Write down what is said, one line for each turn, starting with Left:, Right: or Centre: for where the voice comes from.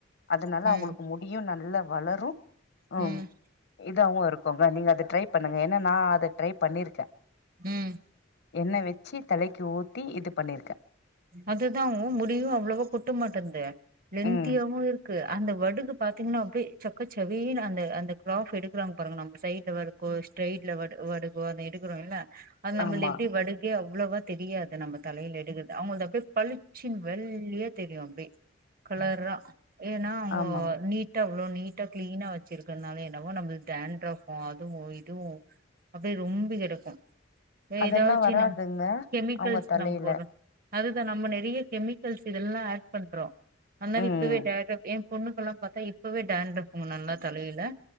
Left: அதனால
Right: ம்
Left: அவ்ங்களுக்கு முடியு நல்லா வளரு ஆம்
Right: ம்
Left: இதாவு இருக்குங்க நீங்க அத ட்ரை பண்ணுங்க ஏனா நா அத ட்ரை பண்ணிருக்கே
Right: ம்
Left: எண்ணெ வெச்சி தலைக்கு ஊத்தி இது பண்ணிருக்கே
Right: அதுதா ஒ முடியு அவ்ளவா கொட்ட மாட்டின்தே லென்தியாவு
Left: ம்
Right: இருக் க்கு அந்த வடுகு பாத்தீங்னா அப்டியே செக்கசெவேல்னு அந்த அந்த கிராப் எடுக்கிறாங்க பாருங்க நம்ம சைட்ல வர ஒ ஸ்ரெயிட்ல வடு வடுகு ஒன்னு எடுக்குறோல்ல அது நம்புல்து
Left: ஆமா
Right: எப்டி வடுகே அவ்ளவா தெரியாது நம்ம தலையில எடுக்கறது அவுங்கள்து அப் அப்டியே பளிச்சினு வெள்ளியா தெரியு அப்டே கலரா ஏன்னா அவுங்கோ
Left: ஆமாங்க
Right: நீட் டா அவ்ளோ நீட்டா கிளீனா வெச்சிருக்கறதுனாலயோ என்னவோ நம்மளுக்கு டாண்ரஃப் அதுவு இதுவு அப்டியே ரொம்பி கெடக்கோ
Left: அதெல்லா
Right: ஏதாச்சு
Left: வராதுங்க
Right: நம்ம கெமிக்கல்ஸ்
Left: அவங்க தலையில
Right: நம்ம போட்றோ அதுதா நம்ம நெறைய கெமிக்கல்ஸ் இதெல்லா ஆட் பண்றோ அத்னால
Left: ம்
Right: இப்பவே டாண்ரஃப் எயே பொண்ணுக்கெல்லா பாத்தா இப்பவே டாண்ரஃப் முன்னெல்லா தலையில